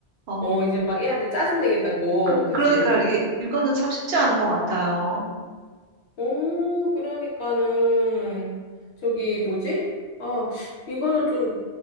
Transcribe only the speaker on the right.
어,
그,
그러니까 이게 육아는 참 쉽지 않은 것 같아요.